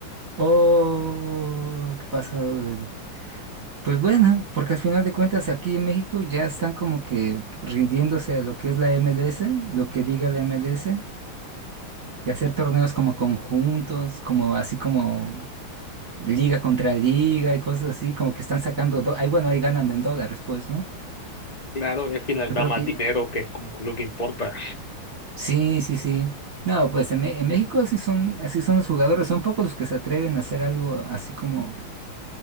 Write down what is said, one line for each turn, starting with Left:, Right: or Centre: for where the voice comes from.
Right: Oh, qué pasado de- Pues bueno, porque al final de cuentas aquí en México ya están como que rindiéndose a lo que es la MLS, lo que diga la MLS. y hacer torneos como conjuntos, como así como liga contra liga y cosas así, como que están sacando, do- ahí bueno, ahí ganan en dólares, pues, ¿no?
Left: Claro, y al final
Right: Yo
Left: da
Right: creo
Left: más
Right: que
Left: dinero, que es como lo que importa.
Right: sí, sí, sí. No, pues en, Me- en México así son, así son los jugadores, son pocos los que se atreven a hacer algo así como,